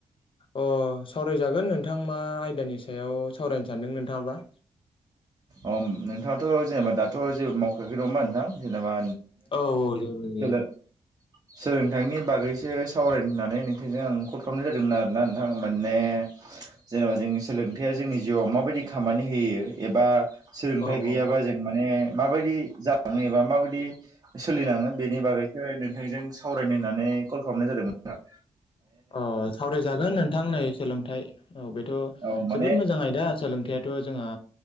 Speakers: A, on the left (about 50°); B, on the right (about 35°).
A: अ सावरायजागोन नोंथां मा आयदानि सायाव सावरायनो सानदों नोंथाङाबा
B: अम नोंथाङाथ' जेनेबा दाथ' जेबो मावखायाखै नङा होमबा नोंथां जेनेबा
A: औ औ जेबो गैया
B: <unintelligible> सोलोंथाइनि बागैसो सावरायनो होननानै नोंथांजों आं कल खालामनाय जादोंमोन आरोना नोंथां माने जेनेबा जोंनि सोलोंथाइया जोंनि जिउआव माबायदि खामानि होयो एबा सोलोंथाइ
A: औ
B: गैयाबा
A: औ
B: जों माने माबायदि जालाङोबा माबायदि सोलिलाङो बेनि बागैसो नोंथांजों सावरायनो होननानै कल खालामनाय जादोंमोन नोंथां
A: अ सावरायजागोन नोंथां नै सोलोंथाइ औ बेथ'
B: औ माने
A: जोबोद मोजां आयदा सोलोंथायाइथ' जोंहा